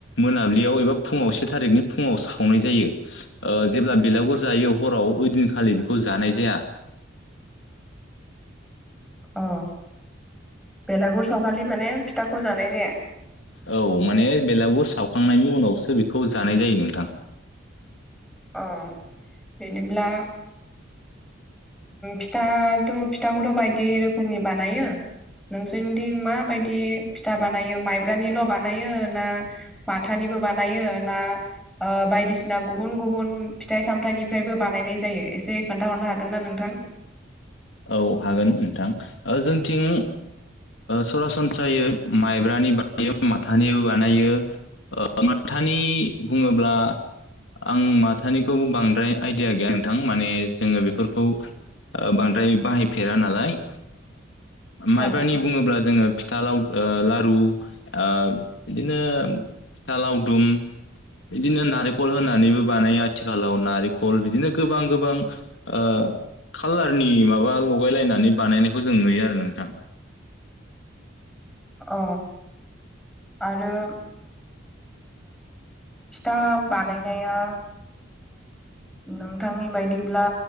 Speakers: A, on the left; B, in the centre.
A: मोनाबिलियाव एबा फुङाव से थारिखनि फुङाव सावनाय जायो जेब्ला बेलागुर जायो हराव ओइदिनखालि बेखौ जानाय जाया।
B: अ बेलागुर सावखालि माने फिथाखौ जानाय जाया।
A: औ माने बेलागुर सावखांनायनि उनावसो बेखौ जानाय जायो नोंथां।
B: अ बिदिब्ला फिथाथ' फिथाखौथ' बायदि रोखोमनि बानायो। नोंसोरनिथिं माबायदि फिथा बानायो माइब्रानिल' बानायो ना। माथानिबो बानायो ना बायदिसिना गुबुन गुबुन फिथाइ सामथाइनिफ्रायबो बानायनाय जायो एसे खोन्थाहरनो हागोन ना नोंथां।
A: औ हागोन नोंथां ओ जोंथिं सरासनस्रायै माइब्रानि बानायो माथानिबो बानायो। ओ माथानि बुङोब्ला आं माथानिखौ बांद्राय आइडिया गैया नोंथां माने जोङो बेफोरखौ बांद्राय बाहायफेरा नालाय
B: औ
A: माइब्रानि बुङोब्ला जोङो फिथा लाव लारु बिदिनो फिथा लावदुम बिदिनो नारेंखल होनानैबो बानायो आथिखालाव नारेंखल बिदिनो गोबां गोबां ओ कालारनि माबा लगाय लायनानै बानायनायखौ जों नुयो आरो नोंथां।
B: अ। आरो फिथा बानायनाया नोंथांनि बायदिब्ला